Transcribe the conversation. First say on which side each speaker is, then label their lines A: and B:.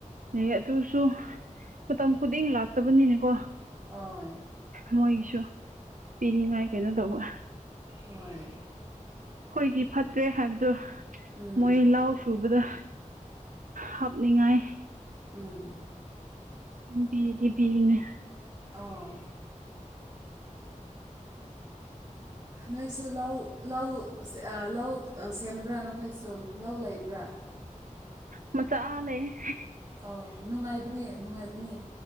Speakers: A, on the right (about 80°); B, on the right (about 30°).
A: ꯑ ꯑꯗꯨꯁꯨ ꯃꯇꯝ ꯈꯨꯗꯤꯡ ꯂꯥꯛꯇꯕꯅꯤꯅꯦꯀꯣ꯫
B: ꯑꯣ
A: ꯃꯣꯏꯒꯤꯁꯨ ꯄꯤꯅꯤꯡꯉꯥꯏ ꯀꯩꯅꯣ ꯇꯧꯕ꯫
B: ꯍꯣꯏ
A: ꯑꯩꯈꯣꯏꯒꯤ ꯐꯠꯇ꯭ꯔꯦ ꯍꯥꯏꯕꯗꯣ
B: ꯎꯝ
A: ꯃꯣꯏ ꯂꯥꯎ ꯁꯨꯕꯗ, ꯍꯥꯞꯅꯤꯡꯉꯥꯏ
B: ꯎꯝ
A: ꯑꯗꯨꯝ ꯄꯤꯗꯤ ꯄꯤꯒꯅꯤ꯫
B: ꯑꯣ ꯅꯣꯏꯁꯨ ꯂꯧ ꯂꯧ ꯂꯧ ꯁꯦꯝꯕ꯭ꯔꯥ ꯅꯈꯣꯏꯁꯨ ꯂꯧ ꯂꯩꯕ꯭ꯔꯥ
A: ꯃꯆꯥ ꯂꯩꯌꯦ꯫
B: ꯑꯣ ꯅꯨꯡꯉꯥꯏꯕꯅꯦ ꯅꯨꯡꯉꯥꯏꯕꯅꯦ꯫